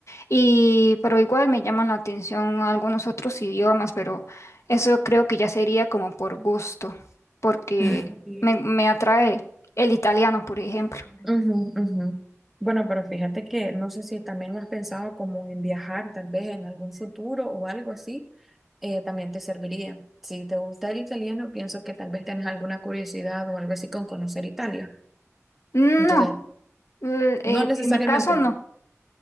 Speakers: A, on the left; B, in the centre.
A: Y, pero igual me llaman la atención algunos otros idiomas, pero eso creo que ya sería como por gusto, porque
B: Ujú,
A: me, me atrae el italiano, por ejemplo.
B: ujú. Bueno, pero fíjate que no sé si también lo has pensado como en viajar, tal vez en algún futuro o algo así, eh, también te serviría. Si te gusta el italiano, pienso que tal vez tenés alguna curiosidad o algo así con conocer Italia.
A: No,
B: Entonces,
A: eh, eh,
B: no
A: en
B: necesariamente,
A: mi caso no,